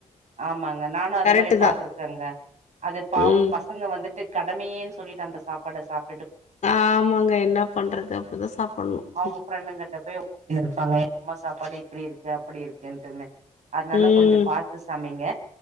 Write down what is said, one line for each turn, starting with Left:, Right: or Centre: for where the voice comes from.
Right: ஆமாங்க நானும் அது
Left: கரெக்ட்டு
Right: மாரி பாத்துருக்கேங்க
Left: தான்.
Right: அது பாவம்
Left: ம்.
Right: பஸ்ட் பசங்க வந்துட்டு கடமையேன்னு சொல்லிட்டு அந்த சாப்பாட சாப்
Left: ஆமாங்க என்ன பண்றது அப்டிதான் சாப்புடணும்
Right: அவங்க ஃப்ரெண்டுங்கிட்ட போய் இருப்பாங்க அம்மா சாப்பாடு இப்புடி இருக்கு அப்புடி இருக்குட்டுனு அதனால
Left: ம்.
Right: கொஞ்ச பாத் து சமைங்க